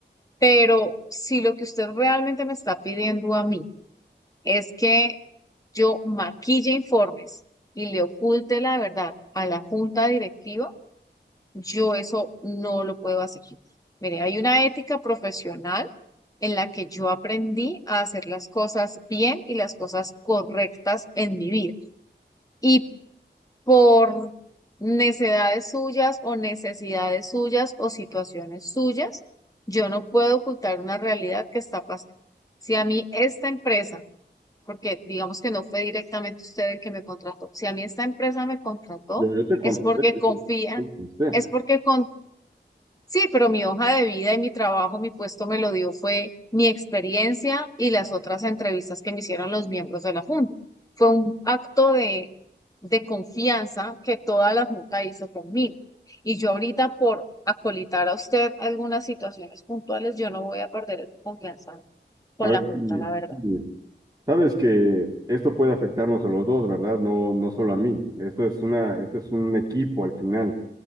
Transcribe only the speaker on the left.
Pero si lo que usted realmente me está pidiendo a mí es que yo maquille informes y le oculte la verdad a la junta directiva, yo eso no lo puedo hacer. Mire, hay una ética profesional en la que yo aprendí a hacer las cosas bien y las cosas correctas en mi vida. Y por necesidades suyas o necesidades suyas o situaciones suyas, yo no puedo ocultar una realidad que está pasando. Si a mí esta empresa, porque digamos que no fue directamente usted el que me contrató, si a mí esta empresa me contrató,
es porque confía,
es porque con Sí, pero mi hoja de vida y mi trabajo, mi puesto me lo dio fue mi experiencia y las otras entrevistas que me hicieron los miembros de la Junta. Fue un acto de, de confianza que toda la Junta hizo conmigo. Y yo ahorita por acolitar a usted algunas situaciones puntuales, yo no voy a perder esa confianza con
la Junta,
la verdad.